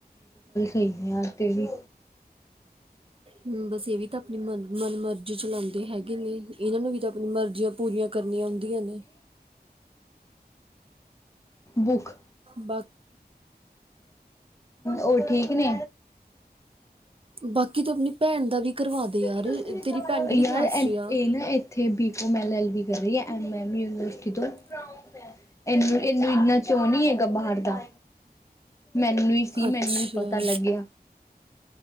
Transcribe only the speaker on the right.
ਹਮ ਬਸ ਇਹ ਵੀ ਤਾਂ ਆਪਣੀ ਮ ਮਰਜ਼ੀ ਚਲਾਉਂਦੀ। ਹੈਗੇ ਨੇ ਇਹਨਾਂ ਨੂੰ ਵੀ ਤਾਂ ਆਪਣੀ ਮਰਜ਼ੀਆਂ ਪੂਰੀਆਂ ਕਰਨੀਆਂ ਹੁੰਦੀਆਂ ਨੇ।
ਬਾਕੀ
ਬਾਕੀ ਤੂੰ ਆਪਣੀ ਭੈਣ ਦਾ ਵੀ ਕਰਵਾ ਦੇ ਯਾਰ
ਤੇਰੀ ਭੈਣ ਕਿਹੜੀ
ਕਲਾਸ
'ਚ ਆ
ਅੱਛਾ